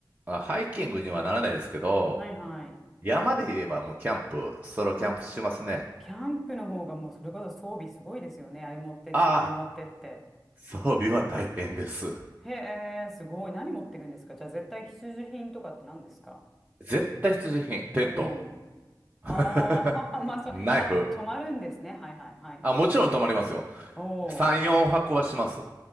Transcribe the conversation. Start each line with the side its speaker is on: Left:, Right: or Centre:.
Right: あハイキングにはならないですけど、
Centre: はいはい。
Right: 山で言えばもうキャンプ、ソロキャンプしますね。
Centre: あ、キャンプの方がもうそれこそ装備すごいですよね。あれ持ってって、
Right: ああ、
Centre: これ持ってって。
Right: 装備は大変です。
Centre: へえ、すごい。何持っていくんですかじゃあ絶対必需品とかって何ですか
Right: 絶対必需品、テント、
Centre: うん。ああ、
Right: <laughs>
Centre: <laughs> まあそう。
Right: ナイフ。
Centre: あ、泊まるんですね。はいはいはい。
Right: あ、もちろん泊まりますよ。
Centre: おお、
Right: 3、4泊はこはします。